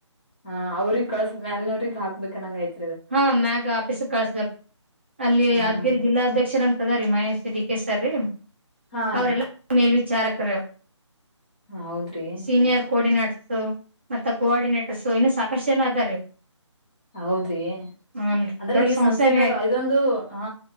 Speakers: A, on the left (about 15°); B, on the right (about 20°).
A: ಹ ಅವ್ರಿಗ್ ಕಳ್ಸ ಮ್ಯಾಲ್ನವರಿಗ್ ಹಾಕ್ಬೇಕ ಅನಂಗ ಆಯ್ತ.
B: ಹಾ ಮ್ಯಾಗ ಆಪೀಸ ಕಲ್ಸ್ಬೆಕ್ ಅಲ್ಲಿ
A: ಹಾ
B: ಯಾದಗಿರಿ
A: ಅಲ್ರಿ
B: ಜಿಲ್ಲಾ ಅಧ್ಯಕ್ಷರ ಅಂತದ ರೀ ಮಹೇಶ್ ಡಿ ಕೆ ಸರ್ ರಿ
A: ಹಾ
B: ಅವರೆಲ್ಲಾ
A: ರೀ
B: ಮೇಲ್ವಿಚಾರಕರ ಅವ್ರ.
A: ಹೌದ್ರಿ
B: ಸೀನಿಯರ್ ಕೋರ್ಡಿನೇಟ ಸೋ ಮತ್ತ ಕೋಆರ್ಡಿನೇಟರ್ಸ ಇನ್ನು ಸಾಕಷ್ಟ ಜನ ಅದಾರೀ.
A: ಹೌದು
B: ಹನ್
A: ಅಂದ್ರ
B: ದೊಡ್ಡ
A: ಈ
B: ಸಂಸ್ಥೆನೇ
A: ಸಂಸ್ಥೆದಾಗ
B: ಆಯ್ತ್
A: ಇದೊಂದು ಹ